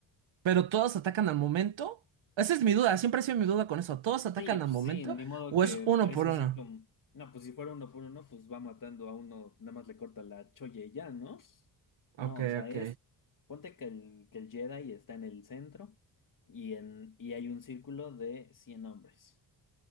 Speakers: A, on the right; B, on the left.
A: ¿pero todas atacan al momento? Esa es mi duda, siempre ha sido mi duda con eso. ¿Todos atacan
B: Sí, pues
A: al momento
B: sí, ni modo
A: o
B: que
A: es uno
B: es
A: por
B: así
A: uno?
B: como, no, pues si fuera uno por uno, pues va matando a uno, nada más le corta la cholla y ya, ¿no? No,
A: Ok,
B: o sea,
A: ok.
B: es, ponte que el, que el Jedi está en el centro y, en, y hay un círculo de 100 hombres.